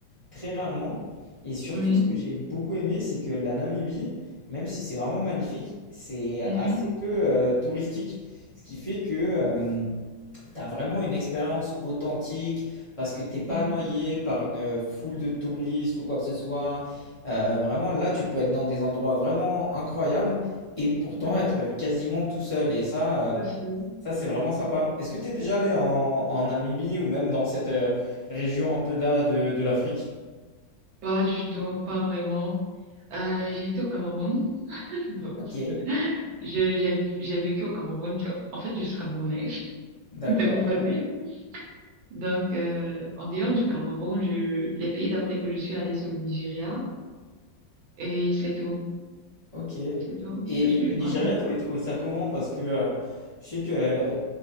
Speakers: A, on the left (about 45°); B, on the right (about 80°).
A: très rarement. Et surtout,
B: Oui.
A: ce que j'ai beaucoup aimé, c'est que la Namibie, même si c'est vraiment magnifique, c'est
B: Oui.
A: assez peu euh, touristique. Ce qui fait que euh, T'as vraiment une expérience authentique parce que t'es pas
B: Oui.
A: noyé par une euh, foule de touristes ou quoi que ce soit. Euh, vraiment, là, tu peux être dans des endroits vraiment incroyables et pourtant
B: Oui.
A: être quasiment tout seul. Et ça, euh,
B: Tout seul.
A: ça c'est vraiment sympa. Est-ce que t'es déjà allé en, en Namibie ou même dans cette euh, région un peu là de, de l'Afrique?
B: Pas du tout, pas vraiment. Euh, j'ai été au Cameroun. <laughs> Bon,
A: Ok,
B: je- j'ai vu- j'ai vécu au Cameroun. tu vois. En fait, je suis camerounaise. <laughs>
A: d'accord.
B: C'est plus facile. Donc, euh, en dehors du Cameroun, je, les pays d'Afrique où je suis allée, c'est le Nigeria. Et c'est tout.
A: Ok.
B: C'est tout.
A: Et
B: Je suis
A: le Nigeria,
B: vraiment
A: t'avais trouvé ça comment? Parce que euh, je sais que euh,